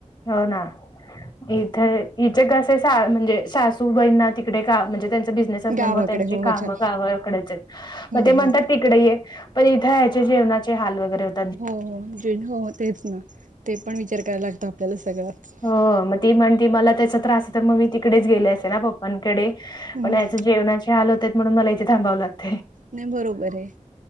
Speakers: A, on the left (about 35°); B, on the right (about 80°).
A: होना. इथे, इचे कसे म्हणजे सासू बहिण तिकडे का म्हणजे त्यां बिझनेस असल्या
B: गावाकडे
A: मुळे त्यांची
B: हो
A: कामं
B: अच्छा
A: गावाकडेच हायत
B: हम्म
A: म ते
B: हम्म
A: म्हणतात तिकडे ऐ पण इथं याचे जेवणाचे हाल वगैरे होते
B: हो, हो, हो तेच ना ते पण विचार करायला लागतो आपल्याला सगळंच.
A: हो, मग ती म्हणती मला त्याचा त्रास आहे तर मग मी त तिकडेच गेले असते ना पप्पांकडे
B: हम्म
A: पण यांच्या जेवणाचे हाल होतात म्हणून मला इथे थांबावं लागतय.
B: नाही बरोबर आहे.